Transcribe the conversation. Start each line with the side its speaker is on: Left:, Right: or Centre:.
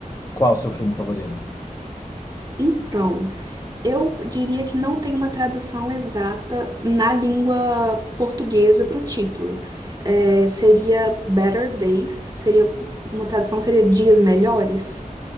Left: qual o seu filme favorito?
Right: Então, eu diria que não tem uma tradução exata na língua portuguesa para o título. É, seria Better Days, seria uma tradução seria Dias Melhores.